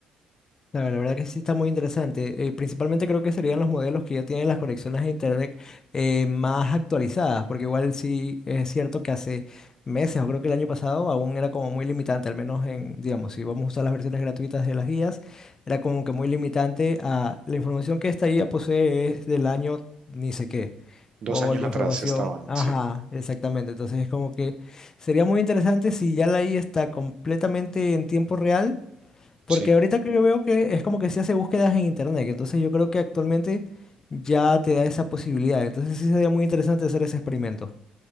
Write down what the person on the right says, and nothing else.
Dos
años
atrás
estaban,
sí,
sí.